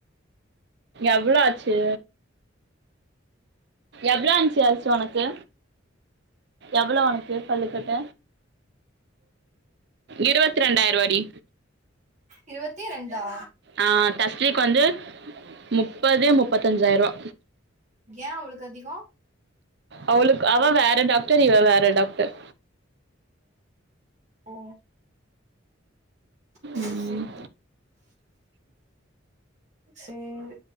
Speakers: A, on the right; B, on the right.
A: எவ்ளோ ஆச்சு எவ்ளோ ஆன்சு <unintelligible> உனக்கு எவ்ளோ உனக்கு பல்லு கட்ட இரவத்தி ரெண்டாயிர வாடி
B: இரவத்தி ரெண்டா
A: ஆ தஸ்லீக்கு வந்து முப்பது முப்பத்தஞ்சாய்ரோவா
B: ஏ அவளுக்கு அதிகோ
A: அவளுக்கு அவ வேற டாக்டர் இவ வேற டாக்டர்
B: ஓ செரி
A: ம்
B: செரி